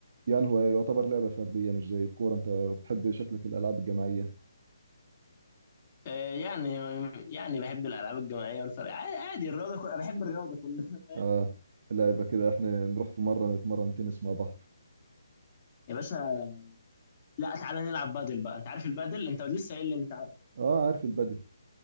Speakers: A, on the right; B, on the left.
A: يعني هو يعتبر لعبة فردية مش زي الكورة انت بتحب شكلك الألعاب الجماعية
B: آه، يعني يعني بحب الالعاب الجماعيه والفرق عادي عادي، الرياضه كلها بحب الرياضه كلها <laughs>
A: اه لا يبقى كده احنا نروح في مرة نتمرن تنس مع بعض
B: يا باشا لا تعالى نلعب بادل بقى انت عارف البادل انت لسه قايل لي انت عارف
A: اه عارف البدل